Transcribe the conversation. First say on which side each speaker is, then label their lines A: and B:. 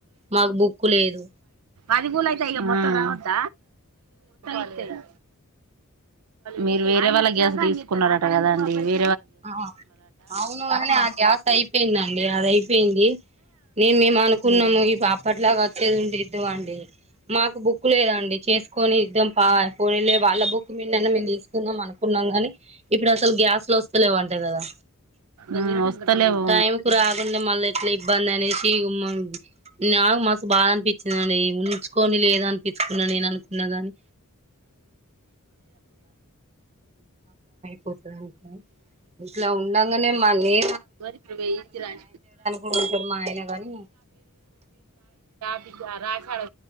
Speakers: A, on the right (about 30°); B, on the right (about 85°).
A: మాకు బుక్కు లేదు
B: అది కూూలయితే ఇగ మొత్తం రావొద్ద అంతే గా మీరు వేరే వాళ్ళ గ్యాస్ తీసుకున్నార ట కదండి వే
A: ఆ అవును కాని ఆ గ్యాస్ అయిపోయిందండి అది అయిపోయింది నేన్ మేము అనుకున్నాము ఈ పాపట్లాగా వచ్చేదుంటే ఇద్దుమండి మాకు బుక్కు లేదండి చేసుకొని ఇద్దాం పా పోనీలే వాళ్ళ బుక్ మీద నన్న మేము తీసుకున్నాం అనుకున్నాం గాని ఇప్పుడు అసలు గ్యాస్ లో స్ వస్తలేవంట కదా.
B: ఉమ్ వస్తలేవు
A: టైంకు రాకుండా మళ్ళీ ఎట్లా ఇబ్బంది అనేసి ఇగ నాకు మస్తు బాధ అనిపించిందండి ఉంచుకొని లేద్ అనిపించుకున్నా నేను అనుకున్నా గాని పోతదంటనా ఇట్లా ఉండంగనే మ్ మ న్నీ
B: మరి ఇప్పుడు వేయి ఇచ్చి రాయి
A: కూడా ఉంటారు మా ఆయన గాని
B: <unintelligible>